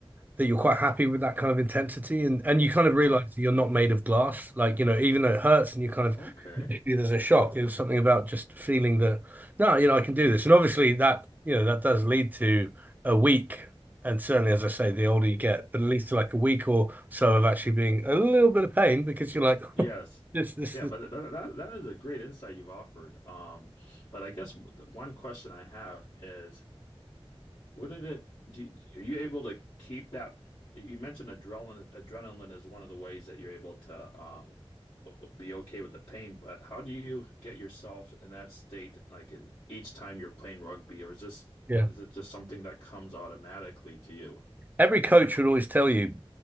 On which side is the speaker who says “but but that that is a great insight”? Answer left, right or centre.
Left